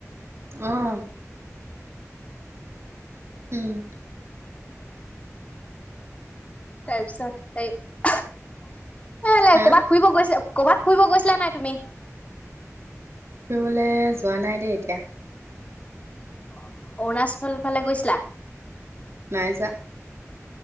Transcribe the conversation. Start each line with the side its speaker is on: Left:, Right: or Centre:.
Right: অঁ' উম'।
Left: তাৰপিছত এই- কেলে
Right: হা
Left: ক'বাত ফুৰিব গৈছে, ক'বাত ফুইব গৈছিলা নাই তুমি?
Right: ফুৰিবলে যোৱা নাই দেই এতিয়া।
Left: অ অৰুণাচল ফালে গৈছিলা?
Right: নাইযোৱা।